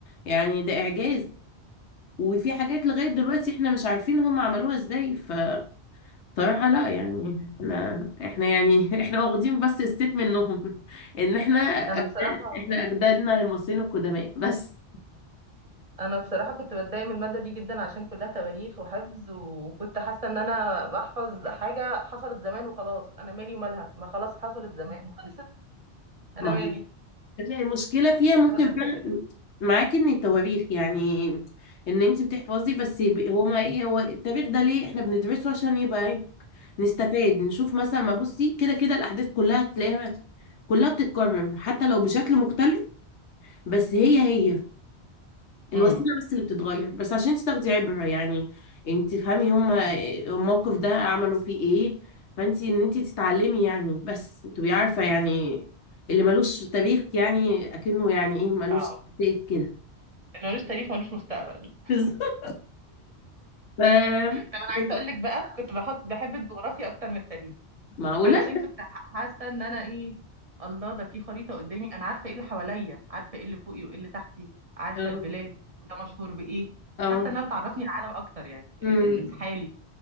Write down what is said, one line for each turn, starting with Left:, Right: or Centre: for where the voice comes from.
Left: يعني ده إعجاز وفي حاجات لغاية دلوقتي احنا مش عارفين هم عملوها ازاي فصراحة لا يعني احنا احنا يعني <laughs> احنا واخدين بس الست منهم ان احنا
Right: أنا
Left: أجداد
Right: بصراحة
Left: احنا أجدادنا المصريين القدماء بس
Right: أنا بصراحة كنت بتضايق من المادة دي جدا عشان كلها تواريخ وحفظ وكنت حاسة إن أنا بحفظ حاجة حصلت زمان وخلاص أنا مالي ومالها ما خلاص حصلت زمان وخلصت أنا
Left: ما
Right: مالي
Left: هي المشكلة فيها
Right: كنت
Left: ممكن
Right: بشوفها
Left: فعلا
Right: كده
Left: معاكي ان التواريخ يعني ان انت بتحفظي بس يبقى هو ما ايه هو التاريخ ده ليه احنا بندرسه عشان يبقى ايه نستفاد نشوف مثلا ما بصي كده كده الاحداث كلها تلاقيها كلها بتتكرر حتى لو بشكل مختلف بس هي هي الوسيله
Right: امم
Left: بس اللي بتتغير بس عشان انت تاخدي عبره يعني يعني انت تفهمي هما الموقف ده عملوا فيه ايه فانت ان انت تتعلمي يعني بس تبقي عارفه يعني اللي ملوش تاريخ يعني اكنه يعني ايه ملوش
Right: اه
Left: تاريخ كده
Right: اللي ملوش تاريخ ملوش مستقبل
Left: <laughs> ف
Right: طب أنا
Left: اتفضلي.
Right: عايزة أقول لك بقى كنت بحط بحب الجغرافيا أكتر من التاريخ
Left: معقوله
Right: علشان كنت ح- حاسه ان انا ايه الله ده في خريطه قدامي انا عارفه ايه اللي حواليا عارفه ايه اللي فوقي وايه اللي تحتي عارفه
Left: اه
Right: البلاد وده مشهور بايه
Left: اه
Right: حاسه انها بتعرفني العالم اكتر يعني ال-
Left: امم
Right: ال- الحالي